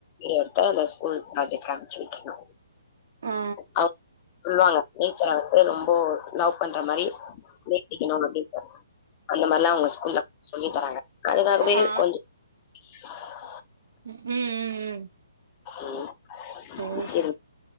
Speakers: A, on the left; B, on the right.
A: இப்பதா இந்த ஸ்கூல் ப்ராஜெக்ட்க்கு அனுப்பிச்சி விட்டுருந்தோ
B: ஆ
A: அவங்க சொல்லுவாங்க நீ ச ரொம்போ லவ் பண்ற மாரி நீட்டிகனு அந்த மாரிலா அவங்க ஸ்கூல்ல சொல்லி தராங்க அதுக்காகவே
B: ஆ
A: கொஞ்ச <inaudible>
B: ம் ம் ம்
A: ம்,
B: செர்
A: சரி